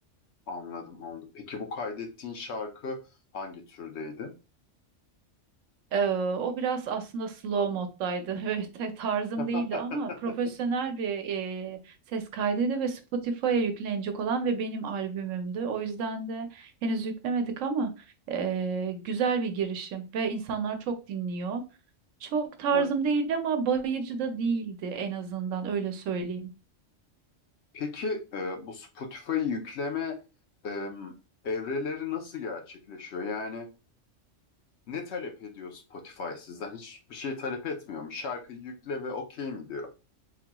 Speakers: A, on the left; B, on the right.
A: Anladım, anladım. Peki bu kaydettiğin şarkı hangi türdeydi?
B: Ee, o biraz aslında slow moddaydı. <laughs> böyle ta- tarzım
A: <laughs>
B: değildi ama profesyonel bir e, ses kaydıydı ve Spotify'a yüklenecek olan ve benim albümümdü. O yüzden de henüz yüklemedik ama e, güzel bir girişim ve insanlar çok dinliyor. Çok tarzım
A: Ha.
B: değildi ama bayıcı da değildi en azından öyle söyleyeyim.
A: Peki e, bu Spotify yükleme e, evreleri nasıl gerçekleşiyor? Yani Ne talep ediyor Spotify sizden? Hiçbir şey talep etmiyor mu? Şarkıyı yükle ve okey mi diyor?